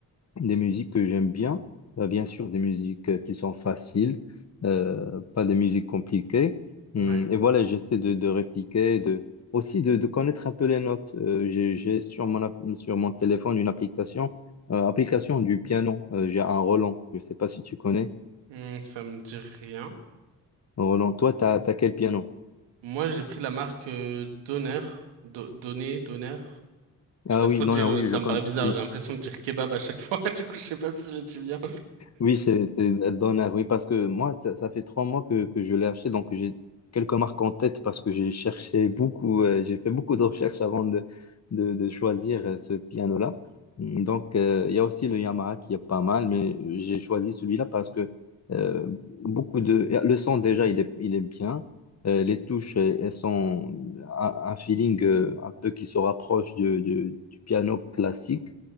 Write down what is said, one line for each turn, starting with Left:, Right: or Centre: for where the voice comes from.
Left: des musiques que j'aime bien, euh, bien sûr des musiques euh, qui sont faciles, euh, pas des musiques compliquées. Hum,
Right: Ouais.
Left: Et voilà, j'essaie de, de répliquer, de, aussi de, de connaître un peu les notes. Euh, j'ai, j'ai sur mon, app- sur mon téléphone une application, euh, application du piano. Euh, j'ai un Roland, je ne sais pas si tu connais.
Right: Hmm, ça me dit rien.
Left: Roland, toi, tu as, quel piano?
Right: Moi, j'ai pris la marque euh, Donner. Do- Donner, Donner. Je
Left: Ah
Right: sais pas
Left: oui,
Right: trop
Left: non,
Right: dire,
Left: non,
Right: euh,
Left: oui,
Right: ça
Left: je connais.
Right: me paraît bizarre,
Left: Oui.
Right: j'ai l'impression de dire kebab à chaque fois, <laughs> du coup, je sais pas si je le dis bien.
Left: Oui, c'est c'est Donner, oui, parce que moi, ça, ça fait trois mois que, que je l'ai acheté, donc j'ai quelques marques en tête parce que j'ai cherché beaucoup, euh, j'ai fait beaucoup de recherches avant de, de, de choisir euh, ce piano-là. Donc, euh, il y a aussi le Yamaha qui est pas mal, mais j'ai choisi celui-là parce que euh, beaucoup de... Le son, déjà, il est, il est bien. Euh, les touches, euh, elles sont un, un feeling euh, un peu qui se rapproche du, du- du piano classique.